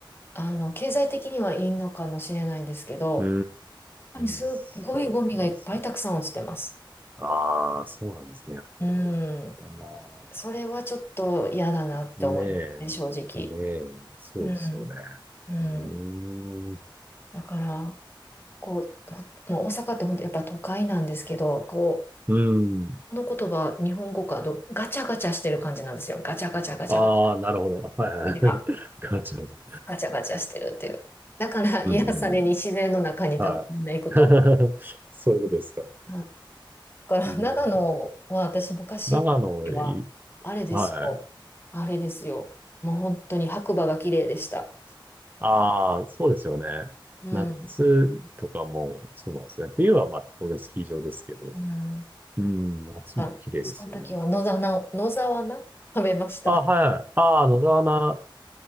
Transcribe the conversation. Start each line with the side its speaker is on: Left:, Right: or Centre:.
Left: あの、経済的にはいいのかもしれないんですけど、
Right: ー
Left: やっぱりすっごいゴミがいっぱいたくさん落ちてます。
Right: ん。そうなんですね。ああ、そうなんですね、やっぱり。
Left: う
Right: やだなぁ。
Left: ん。それはちょっと嫌だなって思いますね、
Right: ねえ。
Left: 正直。
Right: ねえ。そうですよね。
Left: うん。うん。
Right: うーん。
Left: だから、こう、ほもう大阪って本当やっぱ都会なんですけど、こう、
Right: うん。
Left: この言葉、日本語かど、ガチャガチャしてる感じなんですよ。ガチャガチャガチャガチ
Right: ああ、なるほど。はいはい。
Left: ャ。
Right: <laughs> ガチャガチャ。
Left: ガチャガチャしてるっていう。だから癒されに自然の中に多分みんな行くと思
Right: うんうんうん。はい。<laughs> そういうことですか。
Left: う。はいだから長野は私昔行った時は、
Right: なるほど。長野、い、
Left: あれですよ。
Right: はい。
Left: あれですよ。もう本当に白馬が綺麗でした。
Right: ああ、そうですよね。
Left: うん。
Right: 夏とかも、そうなんですね。冬はまあ当然スキー場ですけど、
Left: うん。
Right: うん、夏も綺麗ですよね。
Left: あ、その時は野沢菜、
Right: 確か
Left: 野沢菜食べました。
Right: あ <laughs> あ、はい。ああ、野沢菜